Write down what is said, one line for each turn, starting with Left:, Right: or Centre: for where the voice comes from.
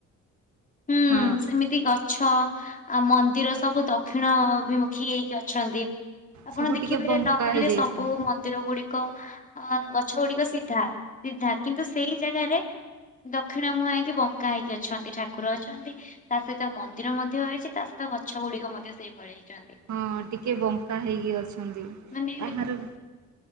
Left: ହୁଁ
Right: ହଁ
Left: ସେମିତି ଗଛ, ଆ ମନ୍ଦିର ସବୁ ଦକ୍ଷିଣ ଅଭିମୁଖୀ ହେଇକି ଅଛନ୍ତି ଆପଣ
Right: ସବୁ
Left: ଦେଖିବେ
Right: ଟିକେ ବଙ୍କା
Left: ନର୍ମାଲି
Right: ହେଇଯାଇଛନ୍ତି
Left: ସବୁ ମନ୍ଦିର ଗୁଡିକ ଗଛ ଗୁଡିକ ସି ସିଧା, ସିଧା, କିନ୍ତୁ ସେଇ ଜାଗାରେ ଦକ୍ଷିଣ ମୁହାଁ ହେଇକି ବଙ୍କା ହେଇକି ଅଛନ୍ତି, ଠାକୁର ଅଛନ୍ତି, ତା ସହିତ ମନ୍ଦିର ମଧ୍ୟ ହେଇଛି, ତା ସହିତ ଗଛ ଗୁଡିକ ମଧ୍ୟ ସେଇଭଳି। ହେଇଛନ୍ତି।
Right: ହଁ ଟିକେ ବଙ୍କା ହେଇକି ଅଛନ୍ତି।
Left: ମାନେ
Right: ତାହାର